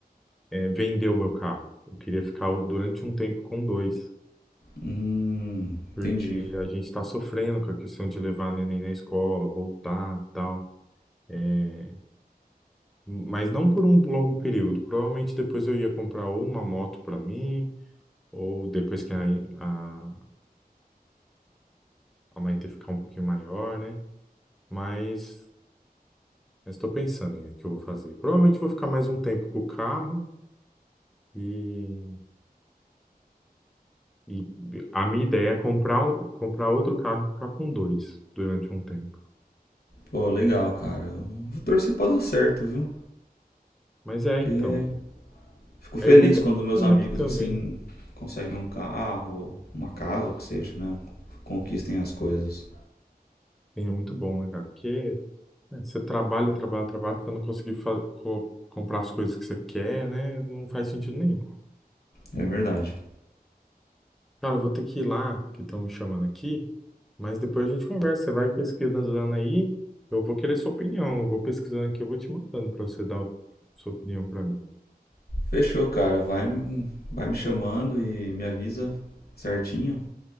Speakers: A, in the centre; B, on the left (about 80°).
A: eh, vender o meu carro. Eu queria ficar o- durante um tempo com dois.
B: Hum, entendi.
A: porque a gente está sofrendo com a questão de levar neném na escola, voltar, tal. É, mas não por um longo período. Provavelmente depois eu ia comprar ou uma moto para mim, ou depois que a, a, a Maite ficar um pouquinho maior, né? Mas estou pensando ainda o que eu vou fazer. Provavelmente vou ficar mais um tempo com o carro e, e a minha ideia é comprar, um- comprar outro carro e ficar com dois durante um tempo.
B: Pô, legal, cara. Eu vou torcer pra dar certo, viu?
A: Mas é,
B: Porque
A: então.
B: fico feliz
A: Aí eu vou
B: quando meus
A: pensando
B: amigos
A: aqui também.
B: assim conseguem um carro, uma casa, o que seja, né? Conquistem as coisas.
A: Sim, é muito bom, né, cara? Porque né, você trabalha, trabalha, trabalha, você não conseguir fa- co- comprar as coisas que você quer, né? Não faz sentido nenhum.
B: É verdade.
A: Cara, eu vou ter que ir lá, que estão me chamando aqui, mas depois a gente conversa. Você vai pesquisando aí, eu vou querer sua opinião. Eu vou pesquisando aqui, eu vou te mandando pra você dar sua opinião pra mim.
B: Fechou, cara. Vai, vai me chamando e me avisa certinho